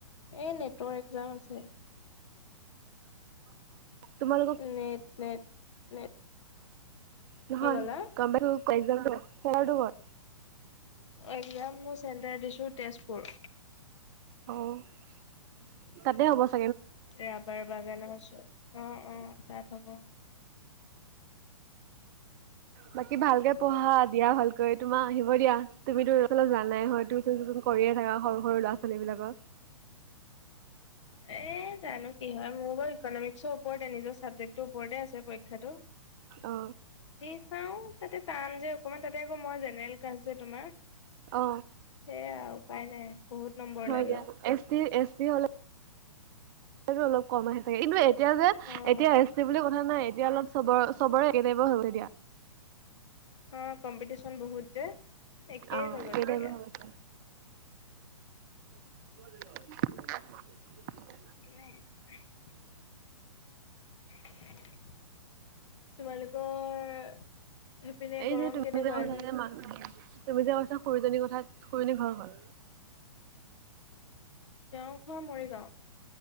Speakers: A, on the left (about 60°); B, on the right (about 35°).
A: এ নেটৰ অক্সজাম আছে।
B: তোমালোকক
A: নেট নেট নেট
B: নহয়
A: কি ক'লা
B: গম প ক <unintelligible>
A: এক্সজাম মোৰ চেণ্টাৰ দিছোঁ তেজপুৰ।
B: ক'ত অ তাতে অৱস্থা
A: ৰাবাৰ বাগানৰ ওচৰত অ অ তাত হ'ব। <inaudible>
B: বাকী ভালকে পঢ়া দিয়া ভালকৈ‌, তোমাৰ আহিব দিয়া। তুমিতোএইফালে যোৱা নাই হয় টিউচন চিউচন কৰিয়ে থাকা সৰু সৰু ল'ৰা ছোৱালী বিলক।
A: এ জানো কি হয়? মোৰ বাৰু ইকনমিক্সৰ ওপৰতে নিজৰ- চাবজেক্টটোৰ ওপৰতে আছে পৰীক্ষাটো।
B: অ
A: দি চাও তাতে টান যে অকমান তাতে আকৌ মই জেনেৰেল কাৰ্ছ যে তোমাৰ।
B: অ
A: সেয়াই আৰু উপায় নাই। বহুত নম্বৰ
B: হয়
A: লাগে
B: দিয়া
A: অ',
B: এছ টি এছ টি হলে অলপ কম আহে চাগে কিন্তু এতিয়া যে
A: অ',
B: এতিয়া এছ টি বুলি কথা নাই। এতিয়া অলপ চবৰে চবৰে একে টাইপৰ হ'ল এতিয়া।
A: অ কম্পিটিশন বহুত যে একেই
B: অ
A: হৈ গৈছেগে
B: একে টাইপৰ
A: আও।
B: হৈ গৈছে <unintelligible>
A: <unintelligible> তোমালোকৰ- সেইপিনে
B: এই
A: গৰম
B: যে তুমি
A: কেনেকুৱা
B: যে কৈছা
A: আজি?
B: যে মহ তুমি যে কৈছা খুৰিজনীৰ কথা খুুৰৰিজনী ঘৰ কত?
A: তেওঁৰ ঘৰ মৰিগাঁও